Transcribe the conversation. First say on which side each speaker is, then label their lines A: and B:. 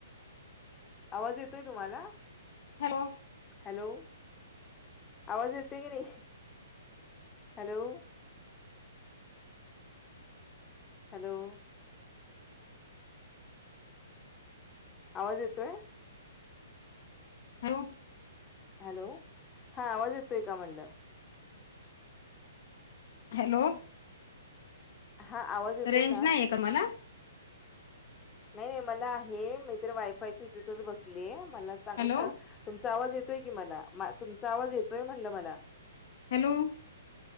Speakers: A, on the left (about 20°); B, on the left (about 50°).
A: आवाज येतोय तुम्हाला?
B: Hello
A: hello? आवाज येतोय की नाही? हॅलो. हॅलो? आवाज येतोय?
B: हॅलो?
A: हॅलो? हा, आवाज येतोय का म्हणलं?
B: हॅलो?
A: हा, आवाज येतोय
B: रेंज
A: ना
B: नाहीये तुम्हाला?
A: नाही नाही, मला आहे, मी तर वायफायची तिथच बसले, मला चांगलं
B: हॅलो
A: तुमचा आवाज येतोय की मला, तुमचा आवाज येतोय म्हटलं मला.
B: हॅलो?